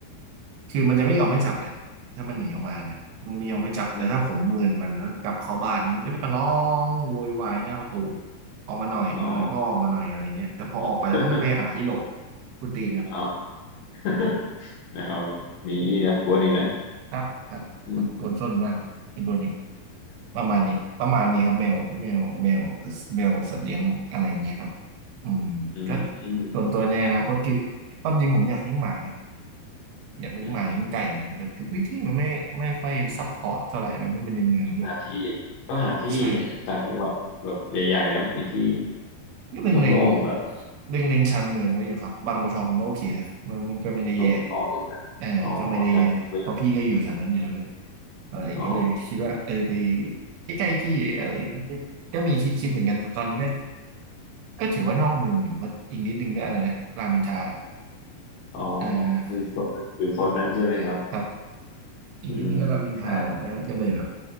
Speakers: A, on the right; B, on the left.
A: คือมันจะไม่ยอมไม่จับเลยถ้ามันหนีออกมานะมันไม่ยอมไม่จับแต่ถ้าผมเมินมันแล้วกลับเข้าบ้านนี้มันก็จะมาร้องโวยวายหน้าประตู
B: อืม
A: ออกมาหน่อยออกมาหน่อยพ่อออกมาหน่อยอะไรเงี้ยแต่พอออกไปแล้วมันก็ไปหาที่หลบ
B: อ๋อ <laughs>
A: คุณตีนครับ
B: เอา <laughs> แมวมีอย่างนี้นะกลัวนี่นะ
A: ครับครับกนคนส้นมากไอ้ตัวนี้
B: อืม
A: ประมาณนี้ประมาณนี้ครับแมวแมวแมวแมวสัตว์เลี้ยงอะไรเงี้ยครับอืมก็
B: อืมอืม
A: ส่วนตัวในอนาคตคือความจริงผมอยากเลี้ยงหมานะอยากเลี้ยงหมาเลี้ยงไก่อะไรอย่างเงี้ยแต่คือพื้นที่มันไม่ไม่ค่อยซัพพอร์ตเท่าไหร่แล้วมันเป็นในเมืองด้วย
B: อืม หาที่ก็หาที่
A: ใช่
B: ต่างจังหวัดแบบใหญ่ๆเนาะมีที่
A: ก็เล็งเล็ง
B: โล่งๆแบบ
A: เล็งเล็งชานเมืองไว้อยู่ครับบางบัวทองก็โอเคนะมันมันก็ไม่ได้แย่
B: ตรงท้องใช่ไหม
A: เออก็ไม่ได้แย่เพราะพี่ก็อยู่แถวนั้นอยู่แล้วด้วย
B: อ๋อชานหลักเมืองเรอ
A: อะไรอย่างเงี้ยเลยคิดว่าเออไป
B: ๋อ
A: ใกล้ๆพี่อะไรอย่างเงี้ยก็มีคิดคิดเหมือนกันแต่ตอนนี้ก็ก็ถือว่านอกเมืองอยู่ก็อีกนิดนึงก็อะไรนะรามอินทราละ
B: อ๋อ
A: เออ
B: อยู่โซนนั้นอยู่โซนนั้นใช่ไหมครับ
A: ครับอีกนิดนึงก็รามอินทราละก็ก็เลยแบบ
B: อืมใช่